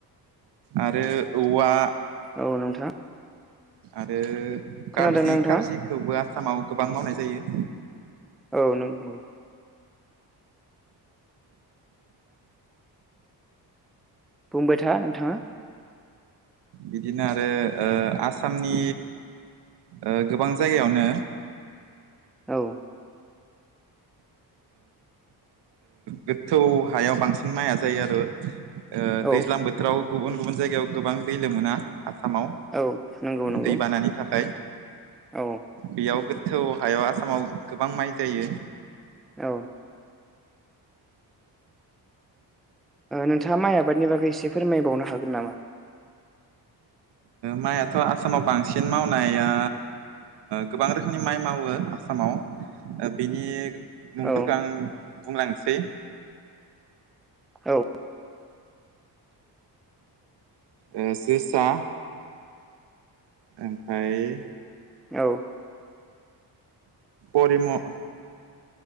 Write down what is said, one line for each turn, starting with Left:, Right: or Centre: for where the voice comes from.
Right: आरो औवा
Centre: औ नोंथां
Right: आरो
Centre: खोनादोंना
Right: गारजि
Centre: नोंथाङा?
Right: गारजिखौबो आसामाव गोबां मावनाय जायो
Centre: औ नंगौ बुंबाय था नोंथाङा
Right: बिदिनो आरोओ आसामनि ओ गोबां जायगायावनो
Centre: औ
Right: गोथौ हायाव बांसिन माइआ जायो आरो ओ
Centre: औ
Right: दैज्लां बोथोराव गुबुन गुबुन जायगायाव गोबां दै लोमो ना आसामाव
Centre: औ नंगौ नंगौ
Right: दैबानानि थाखाय
Centre: औ
Right: बेयाव थौ हायाव आसामाव गोबां माइ जायो
Centre: औ नोंथाङा माइ आबादनि बागै एसे फोरमायबावनो हागोन नामा <inaudible>
Right: माइआथ' आसामाव बांसिन मावनाया गोबां रोखोमनि माइ मावो आसामाव
Centre: <inaudible>
Right: बिनि मुंफोरखौ
Centre: औ
Right: आं बुंलांनोसै
Centre: औ
Right: ए जोसा ओमफ्राय
Centre: औ
Right: बरिम'